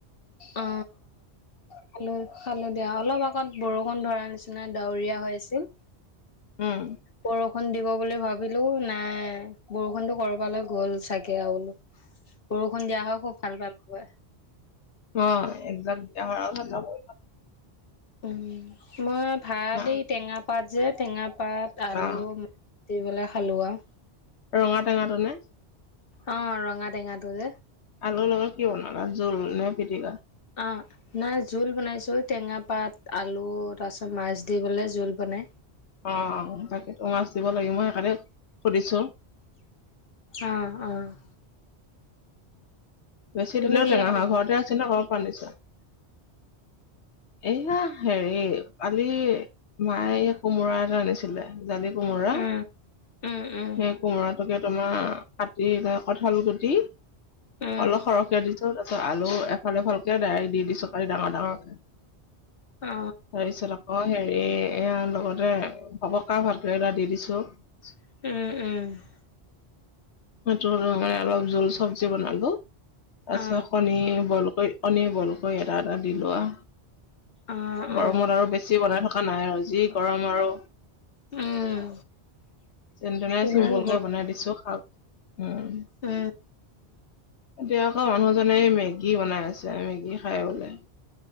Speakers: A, on the left; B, on the left.
A: অ, খোলো, খালো দিয়া অলপ আগত বৰষুণ ধৰা নিচিনা ডাৱৰীয়া হৈ আছিল।
B: উম
A: বৰ বৰষুণ দিব বুলি ভাবিলো, নাই বৰষুণতো কৰবালৈ গ'ল চাগে আৰু বোলো। বৰষুণ দিয়া হয় খুব ভাল হয়।
B: অঁ', এক মাহৰ চাব।
A: উমঁ, মই ভালেই
B: অ
A: টেঙা পাত যে টেঙা পাত, আলু-
B: অ
A: দি পেলাই খালো আৰু।
B: ৰঙা টেঙা তো নে?
A: অঁ', ৰঙা টেঙা তো যে।
B: আলুৰ লগত কি বনালা জোল নে পিটিকা?
A: অঁ। নাই, জোল বনাইছো ঐ, টেঙা পাত, আলু, তাৰ পিছত মাছ দি পেলাই জোল বনাই।
B: অঁ', তাকেইতো মাছ দিব লাগে, মই সেইকাৰণে সুধিছো।
A: অঁ', -অঁ',।
B: বেছি
A: তুমি
B: দিলেও
A: কিহে
B: টেঙা
A: খালা
B: হয়, ঘৰতে আছে নে ক'ৰবাৰ পৰা আনিচা? এইয়া হেৰি কালি মায়ে এই কোমোৰা এটা আনিছিলে। জালি কোমোৰা,
A: উম উম উম
B: সেই কোমোৰাটোকে তোমাৰ- কাটি এ কঠাল গুটি-
A: উম
B: অলপ সৰহকে দিছো তাৰপিছত আলু এফালকে দাইল দি দিছো কাটি ডাঙৰ-ডাঙৰকে।
A: অ
B: তাৰপিছত আকৌ সেই- এ-এয়া লগতে পকা ভাতকেৰেলা এটা দি দিছো।
A: উমঁ-উমঁ।
B: সেইটো অলপ জোল চব্জি বনালো। তাৰপিছত
A: অ
B: কণী বইলকৈ, কণী বলকৈ এটা-এটা দিলো আও।
A: অ
B: গৰমত
A: অ
B: আৰু বেছি বনাই থকা নাই আৰু যি গৰম আৰু।
A: উম
B: যেনতেনে
A: ইমান
B: চিম্পুলকে
A: গৰ
B: বনাই দিছো শাক উমঁ।
A: উম
B: এতিয়া আকৌ মানুহজনে মেগী বনাই আছে মেগী খাই বোলে।